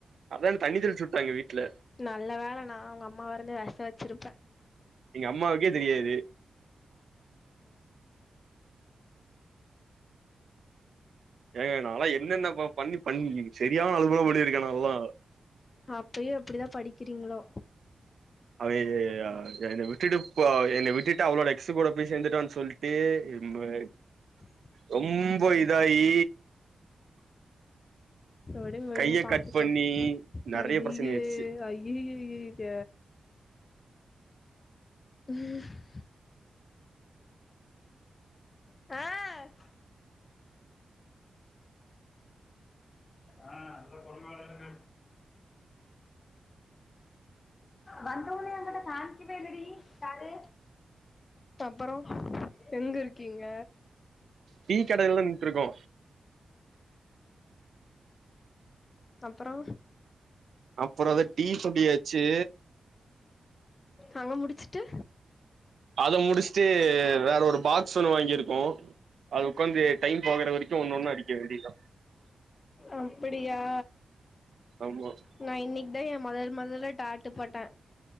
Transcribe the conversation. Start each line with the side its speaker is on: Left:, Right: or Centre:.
Right: அதா தண்ணி தெளிச்சு உட்டாங்கெ வீட்ல
Left: நல்ல வேல நா ஒங்க அம்மாவா இருந்தா வெஷ வச்சிருப்பே
Right: எங்க அம்மாவுக்கே தெரியாது ஏங்க நாலா என்னென்ன ப பண்ணி பண்ணி செரியான அலும்பெல்லா பண்ணிருக்கே நாலா
Left: அப்பயு எப்டிதா படிக்கிறீங்களோ
Right: அவ எ அ என்ன விட்டுட்டு இப்ப என்ன விட்டுட்டு அவளோட எக்ஸு கூட போய் சேந்துட்டான் சொல்ட்டு <unintelligible>
Left: <inaudible>
Right: ரொம்ப இதாயி
Left: விடுங்க விடுங்க
Right: கைய
Left: பாத்துக்லா
Right: கட் பண்ணி நெறைய
Left: ஐயைய
Right: பிரச்சனை ஆயிடுச்சு
Left: ஐ ய்யய்யய்த ம் ஆ ஆ அதல்ல கொழப்பொ வேறங்க வந்தோனே அங்கன காமிக்கவே இல்லடி சாரு அப்பறோ எங்க இருக்கீங்க
Right: டீ கடைலதா நின்ட்ருக்கோ
Left: அப்பறோ
Right: அப்பறோ அதா டீ சொல்லியாச்சு
Left: ஹவ முடிச்சிட்டு
Right: அத முடிச்சுட்டு வேற ஒரு பாக்ஸ் ஒன்னு வாங்கிருக்கோ அத உக்காந்து டைம் போகற வரைக்கு ஒன்னு ஒன்னு அடிக்க வேண்டியது தா
Left: அப்பிடியா
Right: ஆமா
Left: நா இன்னைக்கு தா எ மொதல் மொதல்ல டாட்டு போட்டே